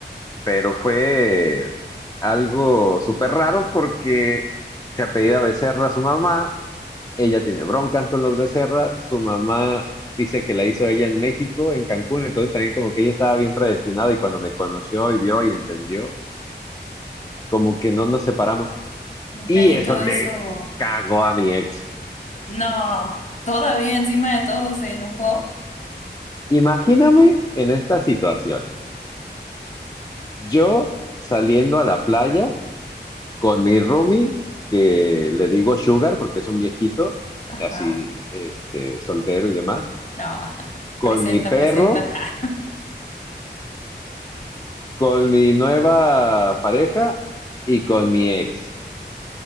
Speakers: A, on the left; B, on the left.
A: pero fue algo súper raro porque se apellida Becerra su mamá, ella tiene broncas con los Becerra, su mamá dice que la hizo ella en México, en Cancún, entonces también como que ella estaba bien predestinada y cuando me conoció y vio y entendió, como que no nos separamos y
B: caí
A: eso
B: todo
A: le
B: eso
A: cagó a mi ex.
B: No. Todavía encima de todo se enojó.
A: Imagíname en esta situación, yo saliendo a la playa con mi roomie, que le digo Sugar porque es un viejito,
B: Ajá.
A: así, este, soltero y demás,
B: No. <laughs>
A: con
B: Presenta,
A: mi perro,
B: presenta. ajá.
A: con mi nueva pareja y con mi ex,